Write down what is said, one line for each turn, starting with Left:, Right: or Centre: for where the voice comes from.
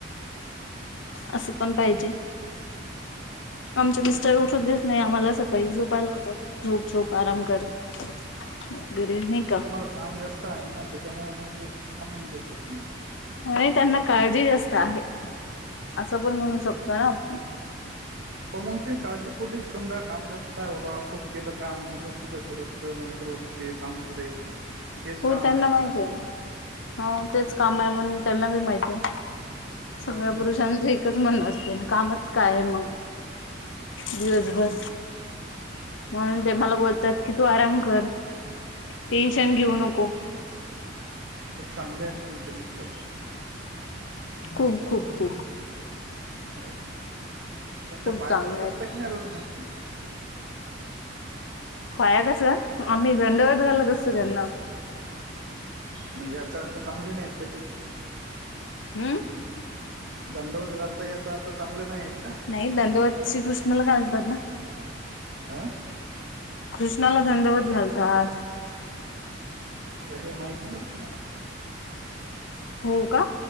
Left: असं पण पाहिजे आमचे मिस्टर उठत देत नाही आम्हाला सकाळी झोपायला होत झोप झोप आराम कर
Right: <inaudible>
Left: वगैरे
Right: नाही
Left: का
Right: तुम्हाला काम जास्त आहे ना त्याच्यामुळे मग ते थांबवून ठेवतात ते तुम्हाला
Left: म्ह त्यांना काळजी जास्त आहे असं पण म्हणू शकतो ना आपण
Right: हो मग ते काळजीपुटीच समजा काम जास्त आहे बाबा खूप केलं काम मगो पूजा थोडं नंतर उठ ते काम करेल हेच
Left: हो
Right: काम
Left: त्यांना
Right: आहे
Left: माहिती
Right: असं
Left: ना हो तेच काम आहे म्हणून त्यांना बी माहिती आहे सगळ्या
Right: हो
Left: पुरुषांच एक एकच म्हण असते ना कामच काय आहे मग दिवसभर म्हणून ते मला बोलतात की तू आराम कर टेन्शन
Right: बरोबर
Left: घेऊ नको
Right: खूप चांगले आहेत तुमचे मिस्तर
Left: खूप खूप खूप
Right: हो त्यांच्या
Left: खूप
Right: पाया
Left: चांगलं
Right: पडत असता
Left: आहे
Right: की नाही रोज म्हणून तुम्ही
Left: पाया कसं आम्ही दंडवत घालत असतो त्यांना
Right: म्हणजे याचा आता चांगले नाहीत का ते
Left: हम्
Right: दंडवत घालता याच आता चांगले नाही आहेत का
Left: नाही दडवत श्रीकृष्णाला घालतात ना
Right: आं
Left: कृष्णाला दंडवत घालतात
Right: हे माहिती, नव्हतं मला
Left: हो का